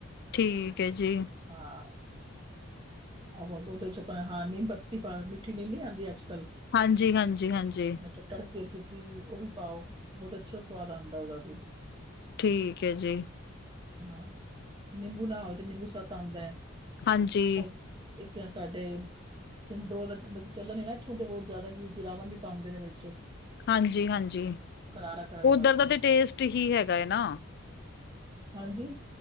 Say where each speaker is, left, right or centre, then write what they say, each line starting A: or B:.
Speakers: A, on the left; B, on the right.
A: ਠੀਕ ਐ ਜੀ।
B: ਹਾ‌ ਉਹਦੇ'ਚ ਹਾਂ ਨੀਮ ਪੱਤੀ ਪਾ, ਮਿੱਠੀ ਨੀਮ ਨੀ ਆਂਦੀ ਅੱਜ-ਕੱਲ
A: ਹਾਂਜੀ, ਹਾਂਜੀ, ਹਾਂਜੀ।
B: ਨਹੀ ਤਾ ਤੜਕੇ'ਚ ਤੁਸੀਂ ਉਹ ਵੀ ਪਾਓ, ਬਹੁਤ ਅੱਛਾ ਸਵਾਦ ਉਹਦਾ ਵੀ।
A: ਠੀਕ ਐ ਜੀ।
B: ਹਾਂ, ਨਿੰਬੂ ਨਾ ਹੋਵੇ ਤੇ ਨਿੰਬੂ ਸੱਤ ਆਂਦਾ ਐ,
A: ਹਾਂਜੀ,
B: ਉਹ ਇੱਕ ਆ ਸਾਡੇ ਹਿੰਦੋ ਦਾ ਮਤਲਬ ਚੱਲਣ ਏ ਨਾ ਇੱਥੋਂ, ਤੇ ਬਹੁਤ ਜ਼ਿਆਦਾ ਕਿ ਜਰਾਵਣ ਵੀ ਪਾਂਦੇ ਨੇ ਵਿੱਚ।
A: ਹਾਂਜੀ-ਹਾਂਜੀ,
B: ਕਰਾਰਾ ਕਰਨ
A: ਉੱਧਰ
B: ਵਾਸਤੇ
A: ਦਾ ਤੇ ਟੇਸਟ ਹੀ ਹੈਗਾ ਏ ਨਾ।
B: ਹਾਂਜੀ?